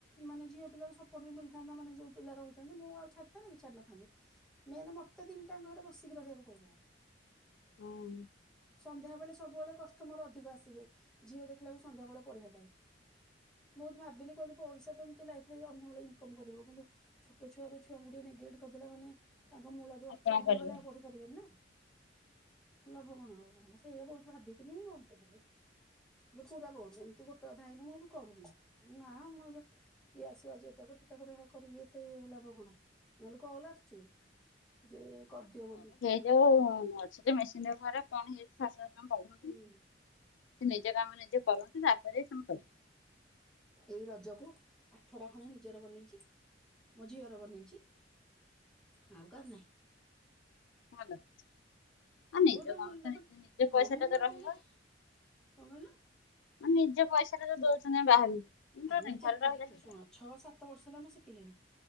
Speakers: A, in the centre; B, on the left.
A: ମାନେ ଝିଅ ପିଲାର ସପୋର୍ଟ ବି ମିଳିଥାନ୍ତା ମାନେ ଯୋଉ ପିଲା ରହୁଛନ୍ତି ମୁଁ ଆଉ ଛାଡ଼ିଥାନ୍ତି କି ଛାଡ଼ି ନଥାନ୍ତି। ମେନ୍ ମତେତିନିଟାଙ୍କ ହେଟୀ ବସିକି ରହିଆକୁ ପଇଲା।
B: ହଁ।
A: ସନ୍ଧ୍ୟା ବେଳେ ସବୁବେଳେ କଷ୍ଟମର ଅଧିକ ଆସିବେ ଝିଅ ଦେଖିଲା ବେଳକୁ ସନ୍ଧ୍ୟାବେଳେ ପଢ଼ିଆ ଟାଇମ। ବହୁତ ଭାବିଲି କହିଲି ପଇସା ତ ଏମିତି ଲାଇଫ ରେ ଅନ୍ୟ ବେଳେ ଇନକମ୍ କରିହେବ କିନ୍ତୁ ଛୋଟ ଛୁଆର ଛୁଆ ଙ୍କୁ ଟିକେ ନେଗଲଟ କରିଦେଲେ ମାନେ ତାଙ୍କ ମୂଳ ଦୁଆ ଷ୍ଟ୍ରଙ୍ଗ
B: କଣ କରିବା
A: ନହେଲେ ଆଉ ପଢ଼ି ପାରିବେନି ନା ତ ଲାଭ କଣ ହବ ସେଇଆ ବହୁତ ଭାବିକିନି ବନ୍ଦ କରି ଦେଲି। ଏବେ ପୁରା ବୋହୁତ ଏମିତି ଗୋଟେ ଅଧେ ଆଇନେ ମୁଁ ବି କରୁନି ନା ମୁଁ ଏବେ କିଏ ଆସିବ ଆଜି ଏଟା କର ହେଟା କର କରିକି ଏତେ ଲାଭ କଣ ନହେଲେ କଲ ଆସୁଚି। ଯେ କରିଦିଅ ବୋଲି।
B: ଯେଉଁ ଅଛି ଯେ ମେସିନ୍ ଘରେ କଣ ହେଇଚି ଫାର୍ଷ୍ଟ କହିବେ କି?
A: ହୁଁ
B: ସେ ନିଜ କାମ ନିଜେ କରନ୍ତୁ ତାପରେ ତମେ
A: ଏଇ ରଜକୁ ଆଠ ଟା ଖଣ୍ଡେ ନିଜର ବନେଇଚି। ମୋ ଝିଅର ବନେଇଛି ଆଉ କାର ନାଇଁ।
B: ଭଲ ହେଇଚି। ହଁ
A: ଆଉ
B: ନିଜ କାମ
A: ମାନେ ତାପରେ
B: ତ ନିଜ
A: ହଁ
B: ପଇସା
A: ମୁଁ
B: ଟା ତ
A: ଆକ୍ଚୁଆଲି
B: ରହିବ।
A: କଣ କହିଲ
B: ନିଜ ପଇସା ଟା ତ ଦଉଛନ୍ତି ବାହାରକୁ <inaudible>
A: ଆମେ ଯେତିକି
B: ଘରେ ରହିବ।
A: ଶୁଣ ଛଅ ସାତ ବର୍ଷ ହେଲା ମୁଁ ଶିକିକିଣି।